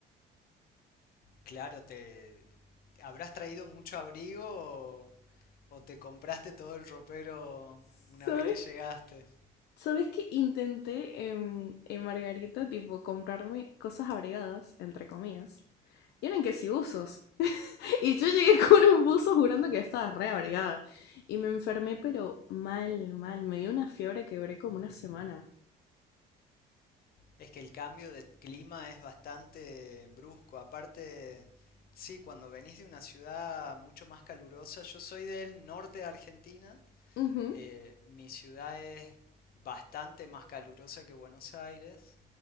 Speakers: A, on the left; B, on the left.
A: claro, te habrás traído mucho abrigo o, o te compraste todo el ropero
B: ¿Sabes?
A: una vez que llegaste.
B: ¿Sabes que intenté en, en Margarita, tipo, comprarme cosas abrigadas, entre comillas? Y eran que si usos, Y yo llegué <laughs> con un buzo jurando que estaba re abrigada. Y me enfermé, pero mal, mal. Me dio una fiebre que duré como una semana.
A: Es que el cambio de clima es bastante brusco. Aparte, sí, cuando venís de una ciudad mucho más calurosa, yo soy del norte de Argentina,
B: Ujú,
A: eh, mi ciudad es bastante más calurosa que Buenos Aires.